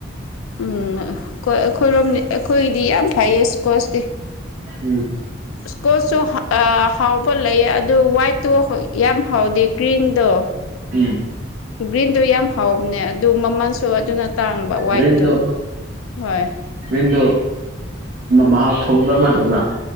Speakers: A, on the left (about 85°); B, on the right (about 45°).
A: ꯎꯝ ꯑꯩꯈꯣꯏ ꯑꯩꯈꯣꯏꯔꯣꯝꯗꯤ ꯑꯩꯈꯣꯏꯗꯤ ꯌꯥꯝ ꯐꯩꯌꯦ ꯏꯁꯀ꯭ꯋꯥꯁꯇꯤ
B: ꯎꯝ
A: ꯑꯁ <unintelligible> ꯀꯣꯠꯁꯨ ꯍꯥꯎꯕ ꯂꯩ ꯑꯗꯨ ꯋꯥꯏꯠꯇꯣ ꯌꯥꯝ ꯍꯥꯎꯗꯦ ꯒ꯭ꯔꯤꯟꯗꯣ
B: ꯎꯝ
A: ꯒ꯭ꯔꯤꯟꯗꯣ ꯌꯥꯝ ꯍꯥꯎꯕꯅꯦ ꯑꯗꯨ ꯃꯃꯜꯁꯨ ꯑꯗꯨꯅ ꯇꯥꯡꯕ ꯋꯥꯏꯠꯇꯨ
B: ꯒ꯭ꯔꯤꯟꯗꯣ
A: ꯍꯣꯏ
B: ꯒ꯭ꯔꯤꯟꯗꯣ ꯃꯍꯥꯎ ꯊꯨꯝꯕ꯭ꯔꯥ ꯀꯃꯥꯏ ꯇꯧꯕꯔꯥ